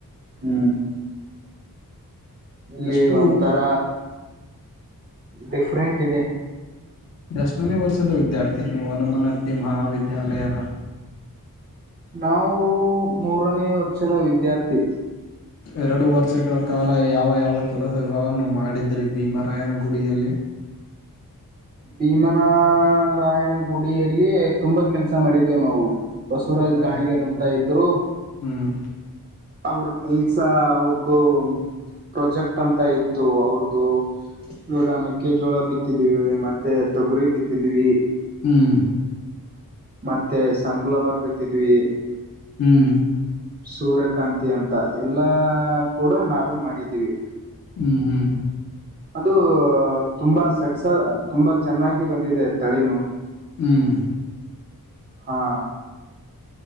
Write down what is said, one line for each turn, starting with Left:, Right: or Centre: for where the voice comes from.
Right: ಹ್ಮ್. ಇಲ್ಲಿ
Left: ಎಷ್ಟು
Right: ಒಂಥರ ಡಿಫ್ರೆಂಟ್ ಇದೆ.
Left: ಎಷ್ಟನೇ ವರ್ಷದ ವಿದ್ಯಾರ್ಥಿ ನೀವು ಹನುಮನಟ್ಟಿ ಮಹಾವಿದ್ಯಾಲಯದ.
Right: ನಾವು ಮೂರನೇ ವರ್ಷದ ವಿದ್ಯಾರ್ಥಿ.
Left: ಎರಡು ವರ್ಷಗಳ ಕಾಲ ಯಾವ ಯಾವ ಕೆಲಸಗಳನ್ನು ಮಾಡಿದ್ರಿ ಭೀಮರಾಯನಗುಡಿಯಲ್ಲಿ.
Right: ಭೀಮನಾರಾಯನ ಗುಡಿಯಲ್ಲಿ ತುಂಬಾ ಕೆಲ್ಸ ಮಾಡಿದ್ದೇವು ನಾವು. ಬಸವರಾಜ್
Left: ಯಾವ
Right: ಗಾಣಿಗೆ
Left: ಯಾವುದು
Right: ರಂತ ಇದ್ರು.
Left: ಹ್ಮ್.
Right: ಅವ್ರ್ ಕೆಲ್ಸ ಅವ್ರ್ದು ಪ್ರಾಜೆಕ್ಟ್ ಅಂತ ಇತ್ತು ಅವರ್ದು. ಇವಾಗ ಮೆಕ್ಕೆಜೋಳ ಬಿತ್ತಿದ್ದೀವಿ ಮತ್ತೆ ತೊಗುರಿ ಬಿತ್ತಿದ್ದೀವಿ.
Left: ಹ್ಮ್.
Right: ಮತ್ತೆ ಸಂಪ್ಲವರ್ ಬಿಟ್ಟಿದಿವಿ.
Left: ಹ್ಮ್.
Right: ಸೂರ್ಯಕಾಂತಿ ಅಂತ ಎಲ್ಲಾ ಕೂಡ ನಾವೇ ಮಾಡಿದ್ದೀವಿ.
Left: ಹ್ಮ್. ಹ್ಮ್
Right: ಅದು ತುಂಬಾ ಸಕ್ಸ ತುಂಬಾ ಚೆನ್ನಾಗಿ ಬಂದಿದೆ ತಳಿನು.
Left: ಹ್ಮ್.
Right: ಹಾ.